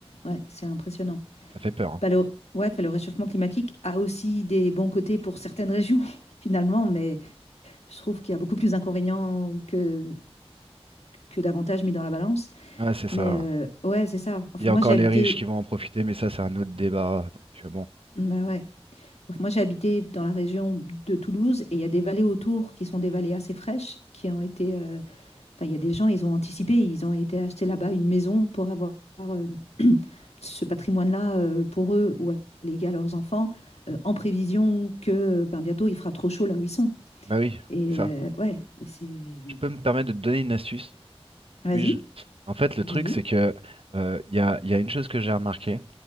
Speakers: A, on the left; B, on the right.
A: Ouais, c'est impressionnant.
B: Ça fait peur. hein.
A: Bah, le, ouais, puis le réchauffement climatique a aussi des bons côtés pour certaines régions, <laughs> finalement, mais je trouve qu'il y a beaucoup plus d'inconvénients que, que d'avantages mis dans la balance.
B: Ouais, c'est ça.
A: Mais euh, ouais, c'est ça. Enfin,
B: Il y a
A: moi,
B: encore
A: j'ai habité.
B: les riches qui vont en profiter, mais ça, c'est un autre débat. Donc, euh, bon,
A: Bah ouais. Moi, j'ai habité dans la région de Toulouse et il y a des vallées autour qui sont des vallées assez fraîches qui ont été. euh, Enfin, il y a des gens, ils ont anticipé, ils ont été acheter là-bas une maison pour avoir euh, <clears throat> ce patrimoine-là euh, pour eux ou à léguer à leurs enfants euh, en prévision que euh, ben, bientôt il fera trop chaud là où ils sont.
B: bah oui,
A: Et
B: c'est ça.
A: euh, ouais, c'est.
B: Je peux me permettre de te donner une astuce,
A: Vas-y,
B: puis-je? En fait, le
A: vas-y.
B: truc, c'est que euh, il y a, il y a une chose que j'ai remarquée,